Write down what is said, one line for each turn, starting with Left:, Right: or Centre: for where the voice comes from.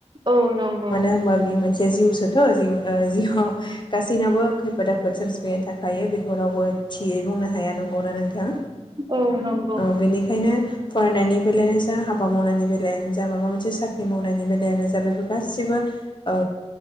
Right: औ नंगौ
Left: मानो होनोमबा बियो मोन बे जिउसोथ' जि जिउआव गासैनावबो खैफोद आफोद सोमजिबायनायनि थाखायो बेखौ रावबो थियै बुंनो हाया नंगौना नोंथां?
Right: औ नंगौ
Left: औ बेनिखायनो फरायनायनि बेलायानो जा हाबा मावनायनि बेलायानो जा माबा मोनसे साख्रि मावनायनि बेलायानो जा बेफोर गाैसैबो ओ